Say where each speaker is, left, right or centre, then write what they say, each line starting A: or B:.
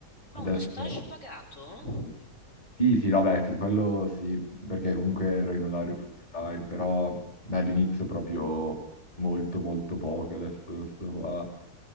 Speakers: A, on the left; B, on the left.
A: Ah,
B: Adesso
A: uno stage pagato?
B: sì, sì, no, beh, sì, quello sì, perché comunque ero in orario full time, però beh, all'inizio proprio molto, molto poco, adesso sto qua.